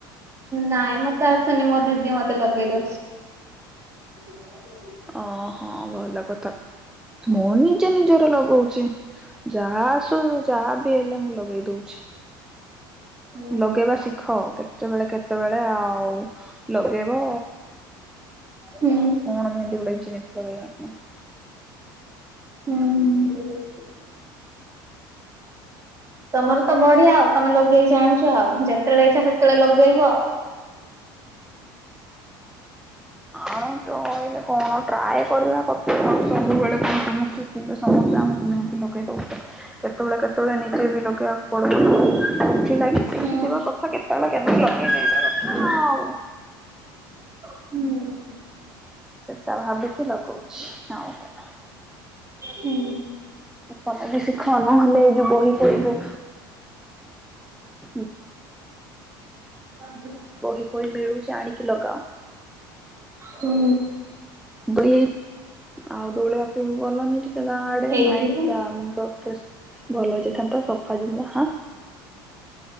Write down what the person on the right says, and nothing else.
ନାଇଁ ମତେ ଆସୁନି ମୋ ଦିଦି ମତେ ଲଗେଇଦଉଛି। ହ <unintelligible>
ହୁଁ
ହୁଁ
ହଁ। ତମର ତ ବଢିଆ ଆଉ ତମେ ଲଗେଇ ଜାଣିଛ। ଯେତେବେଳେ ଇଚ୍ଛା ସେତେବେଳେ ଲଗେଇବ ଆଉ।
ହୁଁ
ହୁଁ।
ହୁଁ।
<inaudible>
ହୁଁ।
ହେଇଥିବ